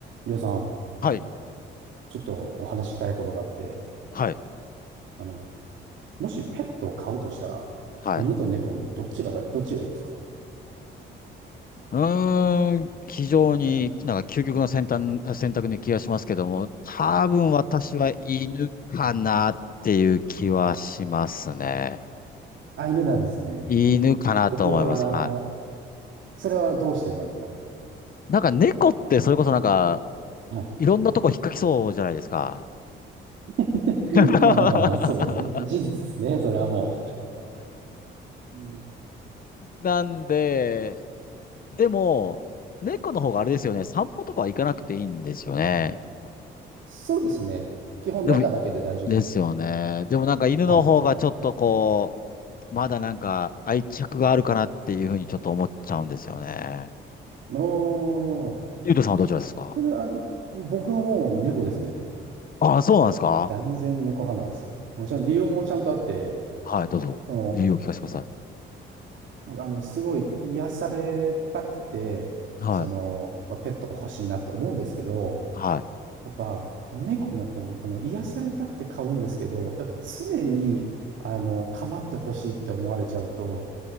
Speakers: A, on the right (about 70°); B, on the left (about 45°).
A: りょうさん、
B: はい、
A: ちょっとお話ししたいことがあって、
B: はい、
A: あの、もしペットを飼うとしたら、
B: はい。
A: 犬と猫のどちらが、どっちがいいですか
B: うーん、非常になんか究極の選択、選択に気がしますけども、多分私は犬かなっていう気はしますね。
A: あ、犬なんですね。
B: 犬かなと思います。
A: 僕は、
B: は
A: それはどうしてなんですか
B: い。なんか猫ってそれこそなんか、
A: はい。
B: いろんなとこ引っかきそうじゃないですか。
A: <laughs>
B: <laughs>
A: まあまあまあ、そうですね。事実ですね。それはもう。うん
B: なんで、でも、猫の方があれですよね、散歩とかは行かなくていいんですよね。
A: そうですね。基本中だけで大丈夫です。
B: でもですよね。でもなんか犬の方がちょっとこ
A: はい。
B: う、まだなんか愛着があるかなっていうふうにちょっと思っちゃうんですよね。
A: おー、
B: ゆうとさんはどちらですか
A: それはあの、僕はもう猫ですね。
B: ああ、そうなんですか
A: 断然猫派なんです。もちろん理由もちゃんとあって、
B: はい、どうぞ。
A: あの、
B: 理由を聞かせてくださ
A: あの、すごい癒されたくて、
B: い。はい。
A: その、まあ、ペット欲しいなと思うんですけど、
B: はい。
A: やっぱ猫の方、あの、癒されたくて飼うんですけど、やっぱ常に、あの、構ってほしいって思われちゃうと、